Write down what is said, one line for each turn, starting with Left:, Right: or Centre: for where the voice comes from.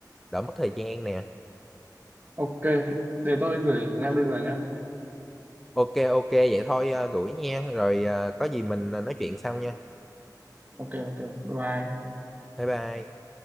Centre: đỡ mất thời gian nè
Right: ok để tôi gửi ngay bây giờ nhá
Centre: ok ok vậy thôi ờ, gửi nha rồi ờ, có gì mình ờ, nói chuyện sau nha
Right: ok ok bye bye
Centre: bye bye